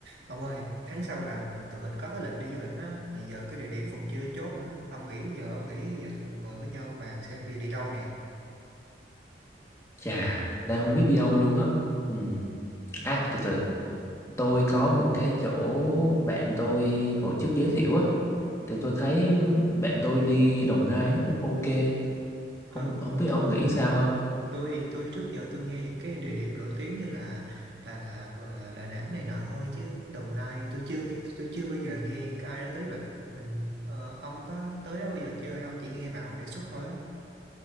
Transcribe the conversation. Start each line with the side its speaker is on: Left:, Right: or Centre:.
Right: Ông ơi, tháng sau là mình- tụi mình có cái lịch đi du lịch đó, mà giờ cái địa điểm còn chưa chốt nữa. Ông nghĩ giờ ông nghĩ giờ tụi mình ngồi với nhau bàn xem bây giờ đi đâu nè.
Left: Chà, đang không biết đi đâu luôn á. Ừ.
Right: Ừm,
Left: À, từ từ, tôi có một cái chỗ bạn tôi hồi trước giới thiệu á. Thì tôi thấy bạn tôi đi Đồng Nai nó cũng ok. Không
Right: ơ,
Left: không biết ông nghĩ sao hả?
Right: tôi tôi trước giờ tôi nghe những cái địa điểm nổi tiếng như là Đà Lạt rồi là Đà Nẵng này nọ thôi chứ Đồng Nai tôi chưa nghe tôi chưa bao giờ nghe cái ai nói tới du lịch. Mình ờ, ông có tới đó bao giờ chưa hay ông chỉ nghe bạn ông đề xuất thôi á?